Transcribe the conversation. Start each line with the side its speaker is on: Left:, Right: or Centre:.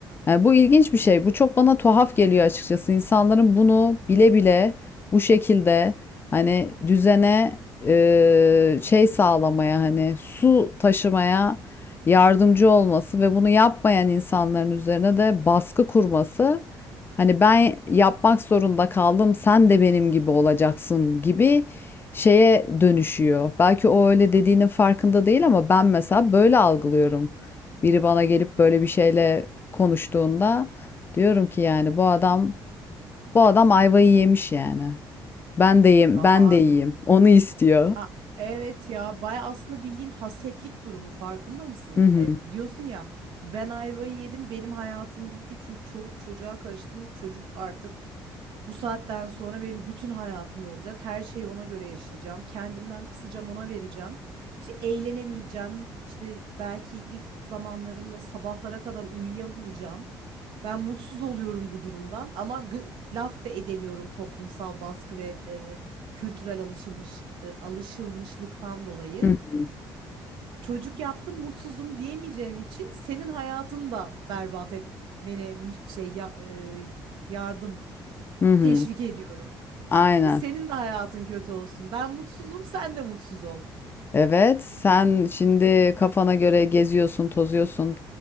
Left: Yani bu ilginç bir şey. Bu çok bana tuhaf geliyor açıkçası. İnsanların bunu bile bile bu şekilde hani düzene e, şey sağlamaya hani su taşımaya yardımcı olması ve bunu yapmayan insanların üzerine de baskı kurması. Hani ben yapmak zorunda kaldım, sen de benim gibi olacaksın gibi şeye dönüşüyor. Belki o öyle dediğinin farkında değil ama ben mesela böyle algılıyorum. Biri bana gelip böyle bir şeyle konuştuğunda diyorum ki yani bu adam bu adam ayvayı yemiş yani. Ben de yiyeyim,
Right: Vallahi
Left: ben de yiyeyim. Onu istiyor.
Right: Aa, evet ya baya aslında bildiğin hasetlik durumu farkında mısın?
Left: Hı hı.
Right: Hani diyorsun ya ben ayvayı yedim benim hayatım bitti çünkü çoluk çocuğa karıştım. Çocuk artık bu saatten sonra benim bütün hayatım olacak. Her şeyi ona göre yaşayacağım. Kendimden kısacağım ona vereceğim. işte eğlenemeyeceğim. işte belki ilk zamanlarında sabahlara kadar uyuyamayacağım. Ben mutsuz oluyorum bu durumdan ama gı- laf da edemiyorum toplumsal baskı ve e, kültürel alışılmış e, alışılmışlıktan dolayı
Left: Hı hı.
Right: çocuk yaptım mutsuzum diyemeyeceğim için senin hayatını da berbat etmene şey e, yardım
Left: Hı hı.
Right: teşvik ediyorum.
Left: Aynen.
Right: Çünkü Senin de hayatın kötü olsun. Ben mutsuzum, sen de mutsuz ol.
Left: Evet, sen şimdi kafana göre geziyorsun, tozuyorsun.